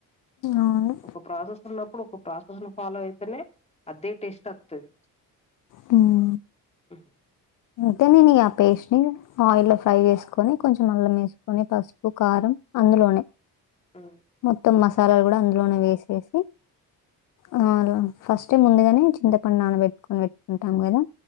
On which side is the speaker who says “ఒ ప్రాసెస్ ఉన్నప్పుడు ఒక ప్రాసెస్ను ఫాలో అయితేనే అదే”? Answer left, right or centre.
Left